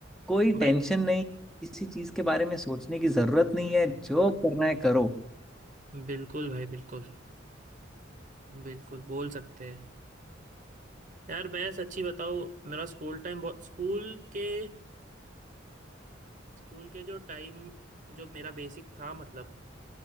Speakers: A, in the centre; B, on the right.
A: कोई
B: भाई
A: टेंशन नहीं किसी चीज के बारे में सोचने की जरूरत नहीं है जो करना है करो
B: बिल्कुल भाई बिल्कुल बिल्कुल बोल सकते हैं यार मैं सच्ची बताऊँ मेरा स्कूल टाइम बहुत स्कूल के अ, स्कूल के जो टाइम जो मेरा बेसिक था मतलब